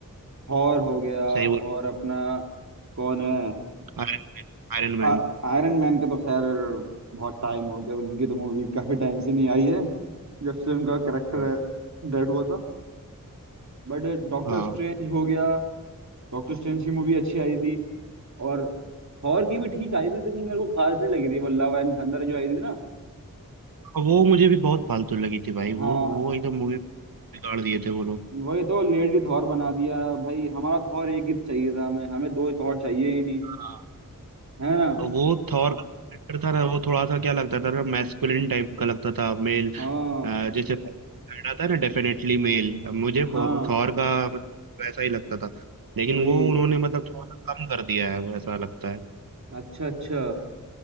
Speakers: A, on the right (about 55°); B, on the right (about 85°).
A: थॉर हो गया
B: सही
A: और
B: बोल
A: अपना कौन है
B: Iron Man Iron
A: आ,
B: Man
A: आयरन मैन का तो खैर बहुत टाइम हो गया उनकी तो मूवी काफी टाइम से नहीं आई है जब से उनका करेक्टर
B: हाँ
A: डेड हुआ था बट डॉक्टर
B: हाँ
A: स्ट्रेंज हो गया डॉक्टर स्ट्रेंज की मूवी अच्छी आई थी और थॉर की भी ठीक आई थी इतनी मेरे को खास नहीं लगी थी वो लव एंड थंडर जो आई थी ना
B: और वो मुझे भी बहुत फालतू लगी थी भाई वो
A: हाँ
B: वो एकदम मूवी बिगाड़ दिए थे वो लोग
A: वही तो लेडी थॉर बना दिया भाई हमारा थॉर एक ही चाहिए था हमें हमें दो थॉर चाहिए ही नहीं
B: हाँ।
A: है ना
B: और वो थॉर का कैरेक्टर था ना वो थोड़ा सा क्या लगता था ना मैस्कुलिन टाइप का लगता था मेल
A: हाँ
B: जैसे पहना था ना डेफिनेटली मेल मुझे
A: हाँ
B: प- थॉर का मतलब वैसा ही लगता था लेकिन
A: वही
B: वो उन्होंने मतलब थोड़ा सा कम कर दिया है वैसा लगता है
A: अच्छा अच्छा